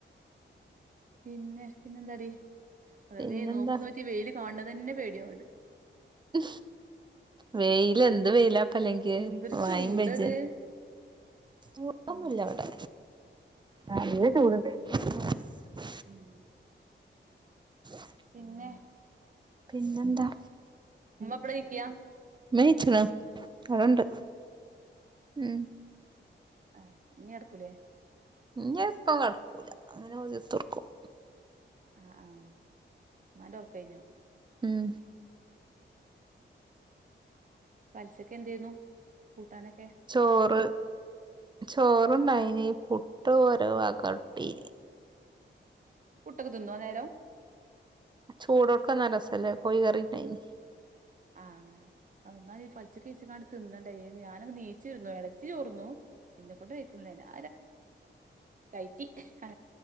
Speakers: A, on the right; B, on the right.
A: പിന്നെ പിന്നെന്താടീ? റവേ
B: പിന്നെന്താ
A: നോമ്പ് നോറ്റ് ഇ വെയില് കാണ് ണെന്നെ പേടിയവ്ണ്ട്
B: ഉ വെയില് എന്ത് വെയിലാപ്പല്ലെങ്കി
A: എന്തൊരു
B: മയിം
A: ചൂടത്
B: പെജ്ജ മൂടുന്നൊന്നില്ലവ്ടെ.
A: ആ
B: നല്ല ചൂടുണ്ട്. ഉം
A: ഉം
B: <inaudible>
A: പിന്നെ
B: പിന്നെന്താ?
A: പ്പള നീക്ക?
B: മ്മയീച്ച്ണ് അവ്ടണ്ട്. ഉം
A: ആഹ ഇ എടക്കൂലേ
B: ഇ ഇപ്പം കിടക്കൂല അങ്ങനെത്തർക്കും
A: ആഹ് ആഹ് മന്റെ ഉർക്ക കഴിഞ്ഞു
B: ഉം
A: പലിശൊക്കെ എന്തെയരുന്നു കൂട്ടാനൊക്കെ
B: ചോറ് ചോറ് ഇണ്ടായിന് പുട്ട് ഓരോ വകട്ടീ
A: കുട്ടക്കെ തിന്നോ നേരോ
B: ചൂടോടുക്കാന്ന രസല്ലേ കോയി കറിണ്ടായി
A: ആഹ് അങ്ങനെ എന്നാല ഈ പലിച്ച കേച്ച തിന്നണ്ടേ ഞാനങ് നീച്ചിരുന്നു ഇളച്ചി ചോർന്നു പിന്നെ കൊൊണ്ട് വക്കുന്നില്ലേ ഞാ ഇ ക അ